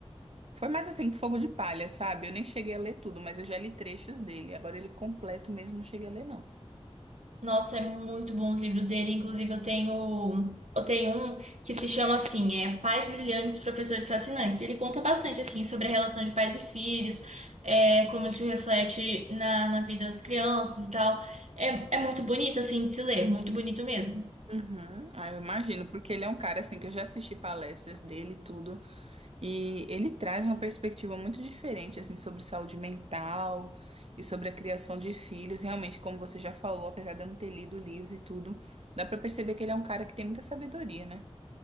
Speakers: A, on the right (about 65°); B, on the right (about 85°).
A: foi mais assim, fogo de palha, sabe? Eu nem cheguei a ler tudo, mas eu já li trechos dele. Agora ele completo mesmo, não cheguei a ler, não.
B: Nossa, é muito bom os livros dele. Inclusive, eu tenho, eu tenho um que se chama assim, é Pais Brilhantes, Professores Fascinantes. Ele conta bastante assim sobre a relação de pais e filhos, é, como isso reflete na, na vida das crianças e tal. É, é muito bonito assim de se ler, muito bonito mesmo.
A: Uhum. Ah, eu imagino, porque ele é um cara assim que eu já assisti palestras dele e tudo. E ele traz uma perspectiva muito diferente, assim, sobre saúde mental e sobre a criação de filhos. Realmente, como você já falou, apesar de eu não ter lido o livro e tudo, dá pra perceber que ele é um cara que tem muita sabedoria, né?